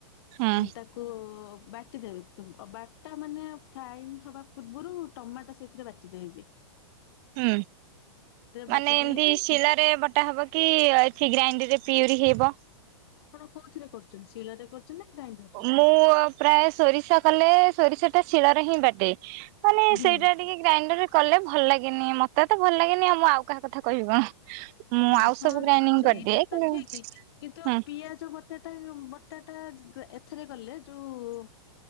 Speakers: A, on the right (about 35°); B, on the left (about 55°).
A: ହୁଁ
B: ଉ ତାକୁ କୋ ବାଟି ଦେବେ ତ ଅ ବାଟା ମାନେ ଫାଇନ୍ ହବା ପୂର୍ବରୁ ଟମାଟୋ ସେଥିରେ ବାଟିଦେବେ ବି।
A: ହୁଁ ମାନେ
B: ବାଟି ଦେଇକି
A: ଏମିତି ଶିଳରେ ବ ଟା ହବ କି ଅ କି ଗ୍ରାଇଣ୍ଡର ରେ ପିଡ଼ି ହିଅବ।
B: ଆପଣ କୋଉଥିରେ କରୁଛନ୍ତି ଶିଳରେ କର ଚୁନା ଗ୍ରାଇଣ୍ଡ
A: ମୁଁ ପ୍ରାୟ ସୋରିଷ କଲେ ସୋରିଷ ଟା ଶିଳରେ ହିଁ ବାଟେ ମାନେ
B: ହୁଁ
A: ସେଇଟା ଟିକେ ଗ୍ରାଇଣ୍ଡର ରେ କଲେ ଭଲ ଲାଗେନି ମତେ ତ ଭଲ ଲାଗେନି ଆଉ ମୁଁ ଆଉ କାହା କଥା କହିବ କଣ।
B: ମୁଁ
A: ଆଉ
B: ହଁ
A: ସବୁ ଗ୍ରାଇଣ୍ଡିଙ୍ଗ
B: ସେଇଟା
A: କରିଦିଏ କିନ୍ତୁ
B: ତ ଠିକ କିନ୍ତୁ
A: ହୁଁ ହୁଁ
B: ପିଆଜ ଵ୍ ଟାଟା ଯୋଉ ବଟାଟା ଗ ଏଥିରେ କଲେ ଯୋଉ